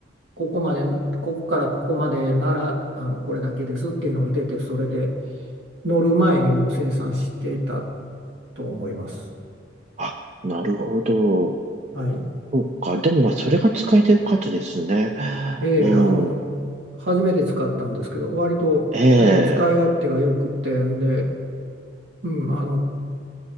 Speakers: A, on the right; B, on the right.
A: ここまでな、ここからここまでなら、あの、これだけですっていうのが出て、それで乗る前にもう生産してたと思います。
B: あ、なるほど。
A: はい。
B: そうか。でもまあ、それが使えてよかったですね。
A: ええ、
B: うん。
A: あの、初めて使ったんですけど、割と、
B: ええ
A: ええ、使い勝手が良くてんで、うん、あの、